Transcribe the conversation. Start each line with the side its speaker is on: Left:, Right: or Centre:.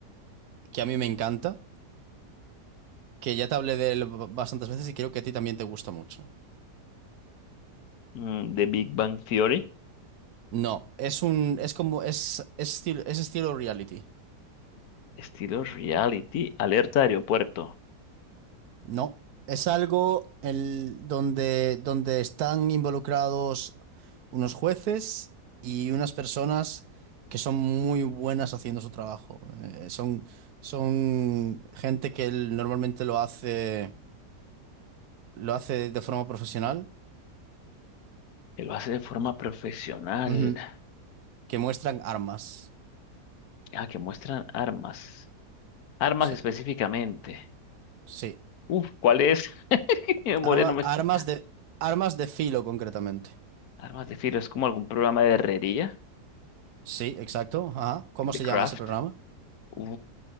Right: que a mí me encanta, que ya te hablé de él b- bastantes veces y creo que a ti también te gusta mucho.
Left: mm, de Big Bang Theory,
Right: No, es un, es como, es, es estilo, es estilo reality.
Left: estilo reality, alerta de aeropuerto.
Right: No, es algo en- donde, donde están involucrados unos jueces y unas personas que son muy buenas haciendo su trabajo. Eh, son, son gente que normalmente lo hace lo hace de forma profesional,
Left: Él lo hace de forma profesional.
Right: ujú, que muestran armas.
Left: Ah, que muestran armas. Armas
Right: Sí,
Left: específicamente.
Right: sí.
Left: Uf, ¿cuál es? <laughs> Mi memoria
Right: Arma-
Left: no me está.
Right: armas de, armas de filo, concretamente.
Left: Armas de filo, es como algún programa de herrería,
Right: Sí, exacto. Ajá. ¿Cómo
Left: de
Right: se
Left: craft.
Right: llama ese programa?
Left: Uh,